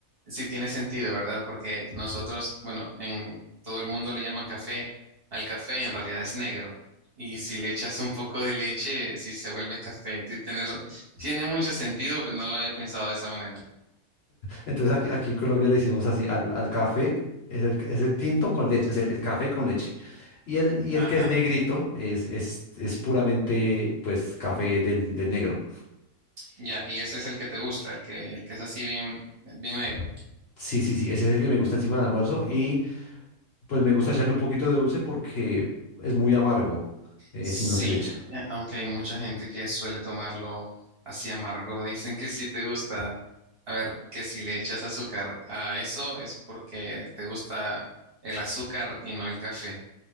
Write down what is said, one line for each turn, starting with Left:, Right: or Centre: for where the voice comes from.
Right: sí tiene sentido, ¿verdad? Porque nosotros, bueno, en todo el mundo le llaman café al café, en realidad es negro. Y si le echas un poco de leche, sí se vuelve café. Ti- tienes ra- tiene mucho sentido, pero no lo había pensado de esa manera.
Left: Entonces aquí, aquí en Colombia le decimos así al, al café, es el, es el tinto con leche, es el, el café con leche. Y el, y
Right: Ajá,
Left: el que es negrito es, es, es puramente pues café del, de negro.
Right: ya, y ese es el que te gusta, el que, el que es así bien, bien negro.
Left: Sí, sí, sí, ese es el que me gusta encima del almuerzo y pues me gusta echarle un poquito de dulce porque es muy amargo eh,
Right: Sí,
Left: si no se le echa.
Right: eh, aunque hay mucha gente que suele tomarlo así amargo. <laughs> Dicen que si te gusta, a ver, que si le echas azúcar a eso es porque te gusta el azúcar y no el café.